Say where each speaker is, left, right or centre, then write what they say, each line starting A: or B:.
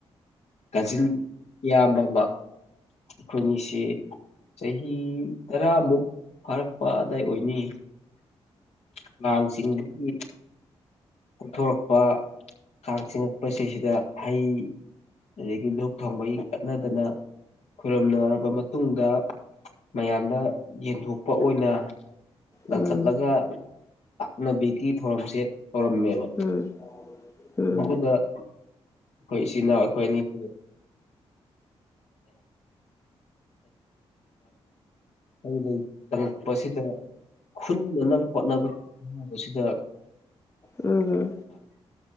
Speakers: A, on the left; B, on the left.
A: ꯀꯖꯤꯟ ꯏꯌꯥꯝꯕ ꯑꯃ ꯑꯩꯈꯣꯏꯅꯤꯁꯤ ꯆꯍꯤ ꯇꯔꯥꯃꯨꯛ ꯐꯥꯔꯛꯄ ꯑꯗ꯭ꯋꯥꯏ ꯑꯣꯏꯅꯤ ꯑꯉꯥꯡꯁꯤꯡꯗꯨꯒꯤ ꯀꯣꯛꯊꯣꯔꯛꯄ ꯀꯥꯡ ꯆꯤꯉꯛꯄꯁꯤ ꯁꯤꯗ ꯍꯩ ꯑꯗꯒꯤ ꯘꯨꯞ ꯊꯥꯎꯃꯩ ꯀꯠꯅꯗꯅ ꯈꯔꯨꯝꯅꯔꯕ ꯃꯇꯨꯡꯗ ꯃꯌꯥꯝꯗ ꯌꯦꯟꯊꯣꯛꯄ ꯑꯣꯏꯅ ꯂꯪꯈꯠꯂꯒ
B: ꯎꯝ
A: ꯂꯥꯛꯅꯕꯤꯒꯤ ꯊꯧꯔꯝꯁꯦ ꯇꯧꯔꯝꯃꯦꯕ
B: ꯎꯝ ꯎꯝ
A: ꯑꯗꯨꯒ ꯑꯩꯈꯣꯏ ꯏꯆꯤꯟ ꯏꯅꯥꯎ ꯑꯩꯈꯣꯏ ꯑꯅꯤꯁꯤ ꯑꯟꯏꯟꯇꯦꯜꯂꯤꯖꯦꯕꯜ ꯈꯨꯟꯅꯅꯕ ꯍꯣꯠꯅꯕ ꯍꯣꯠꯅꯕꯁꯤꯗ
B: ꯎꯝ ꯎꯝ